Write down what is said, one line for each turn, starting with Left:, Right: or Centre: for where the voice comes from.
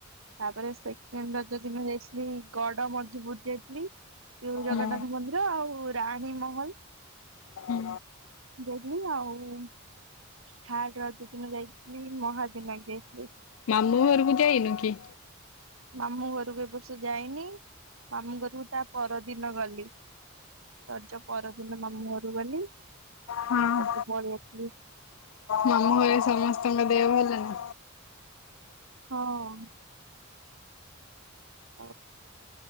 Right: ତାପରେ ସେକେଣ୍ଡ ରଜ ଦିନ ଯାଇଥିଲି ଗଡ଼ ମଧୁପୁର ଯାଇଥିଲି। ଯଉ ଜଗନ୍ନାଥ
Left: ହୁଁ
Right: ମନ୍ଦିର ଆଉ ରାଣୀ ମହଲ
Left: ହୁଁ
Right: ଯାଇଥିଲି ଆଉ ଥାଡ ରଜ ଦିନ ଯାଇଥିଲି ମହାବିନାୟକ ଯାଇଥିଲି।
Left: ମାମଁ ଘରକୁ ଯାଇନୁ କି?
Right: ମାମୁଁ ଘରକୁ ଏ ବର୍ଷ ଯାଇନି। ମାମୁଁ ଘରକୁ ତା ପରଦିନ ଗଲି। ରଜ ପରଦିନ ମାମୁଁ ଘରକୁ ଗଲି,
Left: ହଁ।
Right: ତାପରେ ପଳିଆସିଥିଲି।
Left: ମାମୁଁ ଘରେ ସମସ୍ତଙ୍କ ଦେହ ହେଲ ନା?
Right: ହଁ। ଆଉ